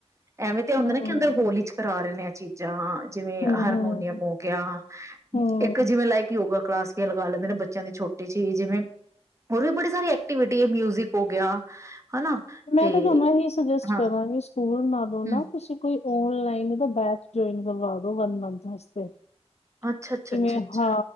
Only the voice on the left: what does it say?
ਹੂੰ
ਹੂੰ-ਹੂੰ,
ਹੂੰ,
ਮੈਂ
ਤਾਂ ਤੁਹਾਨਾ ਹੀ ਸੁਜੈਸਟ
ਕਰਾਂਗੀ ਸਕੂਲ ਨਾਲੋਂ ਨਾ
ਤੁਸੀਂ ਕੋਈ ਓਨਲਾਈਨ ਤਾਂ ਬੈਚ ਜੁਇਨ ਕਰਵਾ ਦੋ ਵਨ ਮੰਥ ਵਾਸਤੇ ਕਿਵੇਂ
ਹਾਂ